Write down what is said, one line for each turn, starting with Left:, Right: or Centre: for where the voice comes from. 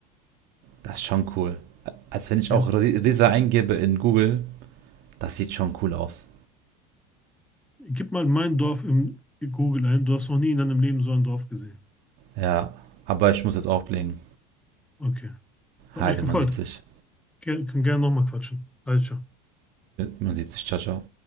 Right: das ist schon cool. Als wenn ich
Centre: Ja.
Right: auch Rize eingebe in Google, das sieht schon cool aus.
Centre: Gib mal mein Dorf im Google ein. Du hast noch nie in deinem Leben so ein Dorf gesehen.
Right: Ja, aber ich muss jetzt auflegen.
Centre: Okay. Hat
Right: Heide,
Centre: mich gefreut.
Right: man sieht sich.
Centre: Ger können gerne nochmal quatschen. Also.
Right: Man sieht sich. Ciao, ciao.